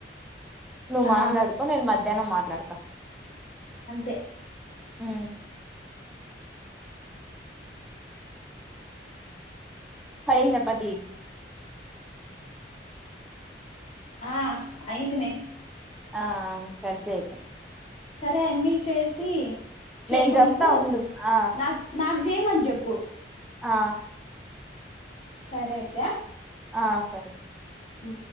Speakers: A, in the centre; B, on the left.
A: నువ్వు
B: ఆ
A: మాట్లాడుకో నేను మధ్యాహ్నం మాట్లాడతా
B: అంతే
A: ఉమ్ అయ్యిందా పది
B: ఆ అయింది మే
A: ఆ సద్దేసా
B: సరే ఎమి చేసి చెప్పు
A: నేను చెప్తా
B: నువ్వు
A: ఉండు ఆ
B: నాకు నాకు చేయమని చెప్పు
A: ఆ
B: సరే అయితే
A: ఆ సరే
B: ఊ